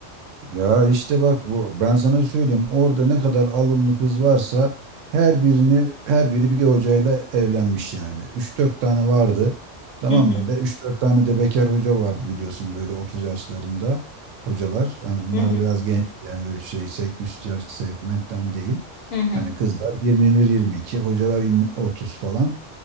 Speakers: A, on the right (about 85°); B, on the left (about 60°).
A: Ya işte bak bu ben sana söyleyeyim orada ne kadar alımlı kız varsa her birini her biri bir hocayla evlenmiş yani. Üç dört tane vardı. Tamam
B: Hı hı.
A: mı? Ve üç dört tane de bekar hoca vardı biliyorsun böyle 30 yaşlarında hocalar. Yani bunlar
B: Hı hı.
A: da biraz genç yani böyle şey sek- üst yaş segmentten değil.
B: Hı hı.
A: Hani kızlar yirmi bir, yirmi iki, hocalar 20 30 falan.